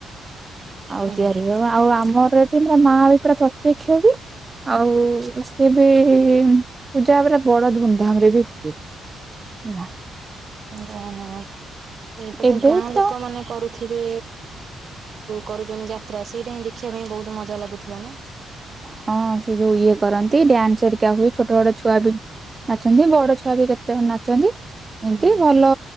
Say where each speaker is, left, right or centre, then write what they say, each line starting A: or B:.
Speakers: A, on the right (about 30°); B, on the right (about 50°).
A: ଆଉ
B: ହୁଁ
A: ତିଆରି ଆଉ ଆମର ଏଠି ଆମର ମା ବି ପୁରା ପ୍ରତ୍ୟକ୍ଷ ବି ଆଉ ସେ ଏ ପୂଜା ପୁରା ବଡ ଧୁମଧାମ ରେ ବି ହୁଏ, ହେଲା।
B: ଯାହା ହଉ ସେଇପଟେ
A: ଏବେ
B: ଗାଁ ଲୋକ
A: ତ
B: ମାନେ କରୁ ଥିବେ କରୁଛନ୍ତି ଯାତ୍ରା ସେଇଟା ହିଁ ଦେଖିବା ପାଇଁ ବହୁତ ମଜା ଲାଗୁଥିବ ନା?
A: ହଁ ସେ ଯୋଉ ଇଏ କରନ୍ତି ଡ୍ୟାନ୍ସ ହେରିକା ହୁଏ ଛୋଟ ଛୋଟ ଛୁଆ ବି ନାଚନ୍ତି ବଡ ଛୁଆ ବି କେତେ ଜଣ ନାଚନ୍ତି। ଏମିତି
B: ହୁଁ
A: ଭଲ